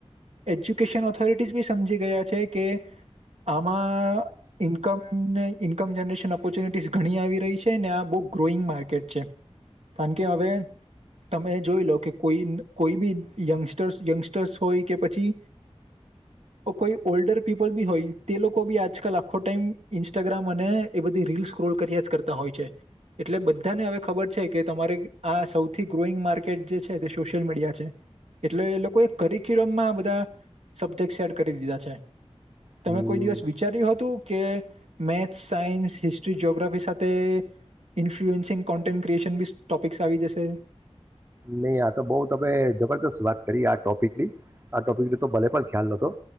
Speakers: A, on the right (about 70°); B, on the right (about 20°).
A: એજ્યુકેશન ઓથોરિટીઝ બી સમજી ગયા છે કે, આમાં ઇન્કમને ઇન્કમ જનરેશન ઓપોર્ચ્યુનિટીઝ ઘણી આવી રહી છે અને આ બુક ગ્રોઈંગ માર્કેટ છે. કારણ કે હવે, તમે જોઈ લો કે કોઈ કોઈ બી યંગસ્ટર્સ યંગસ્ટર્સ હોય કે પછી, કોઈ ઓલ્ડર પીપલી હોઈ તે લોકો આજ લખો ટાઈમ ઇન્સ્ટાગ્રામ અને એ બધું રીલ સ્ક્રો કર્યા કરતા હોય છે, એટલે બધા બધાને હવે ખબર છે કે તમારે આ સૌથી ગ્રોઈંગ માર્કેટ જે છે તે સોશિયલ મીડિયા છે, એટલે એ લોકોએ કરિક્યુલમમાં બધા, સબ્જેક્ટ એડ કરી દીધા છે. તમે
B: હમ
A: કોઈ દિવસ વિચાર્યું હતું. કે મેથ્સ સાયન્સ હિસ્ટ્રી જઓગ્રાફી સાથે ઇન્ફ્લુઅન્સિંગ કોન્ટેન્ટ ક્રિએશન બી ટોપિક્સ આવી જશે?
B: નહીં આ તો બહુ તમે જબરદસ્ત વાત કરી આ ટોપિકની, આ ટોપિકની તો ભલે પણ ખ્યાલ નહતો,